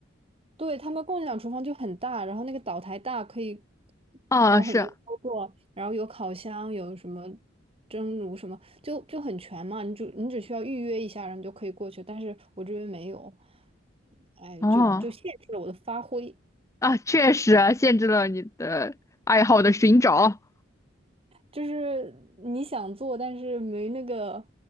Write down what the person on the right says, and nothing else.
对，他们共享厨房就很大，然后那个岛台大，可以
搞很多操作，
然后有烤箱，有什么蒸炉什么，就就很全嘛。你就你只需要预约一下，然后你就可以过去。但是我这边没有，哎，
就就限制了我的发挥。
就是你想做，但是没那个，